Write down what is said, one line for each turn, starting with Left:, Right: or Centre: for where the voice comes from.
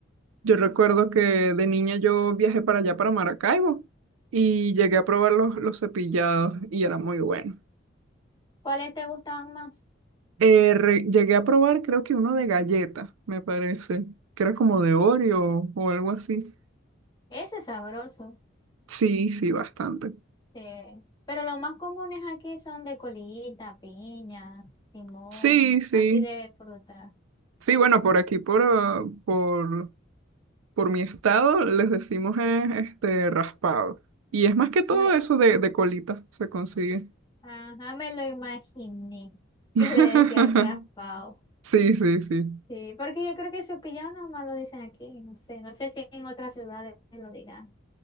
Right: Yo recuerdo que de niña yo viajé para allá, para Maracaibo, y llegué a probar los, los cepillados y era muy bueno.
Left: ¿Cuáles te gustaban más?
Right: Eh, re- llegué a probar creo que uno de galleta, me parece, que era como de Oreo o algo así.
Left: Ese es sabroso.
Right: Sí, sí, bastante.
Left: Sí. Pero los más comunes aquí son de colita, piña, limón,
Right: Sí, sí.
Left: así de fruta.
Right: Sí, bueno, por aquí, por, ah, por, por mi estado, les decimos eh, este raspado. Y es más que todo
Left: Me,
Right: eso de, de colita se consigue.
Left: ajá, me lo imaginé <laughs>
Right: <laughs>
Left: que le decían raspado.
Right: Sí, sí, sí.
Left: Sí, porque yo creo que su pillado más lo dicen aquí, no sé, no sé si en otras ciudades lo dirán.